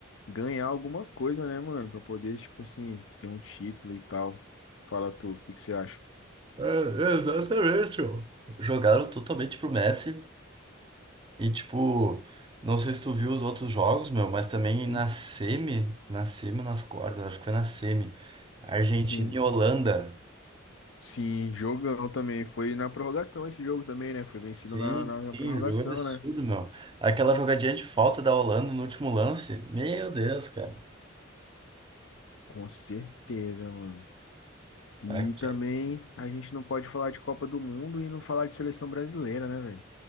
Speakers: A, on the left (about 70°); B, on the right (about 25°).
A: ganhar alguma coisa, né, mano? Pra poder, tipo assim, ter um título e tal. Fala tu, o que que você acha?
B: É, exatamente, ó. Jogaram totalmente pro Messi e, tipo, não sei se tu viu os outros jogos, meu, mas também
A: Sim.
B: na semi, na semi, nas quartas, acho que foi na semi, Argentina
A: Sim,
B: e Holanda.
A: sim, jogão também. Foi na prorrogação esse jogo também, né? Foi vencido
B: Sim,
A: na, na, na
B: sim,
A: prorrogação,
B: o jogo é absurdo,
A: né?
B: meu. Aquela jogadinha de falta da Holanda no último lance, meu Deus, cara.
A: Com certeza, mano. E
B: Aqui,
A: também a gente não pode falar de Copa do Mundo e não falar de seleção brasileira, né, velho?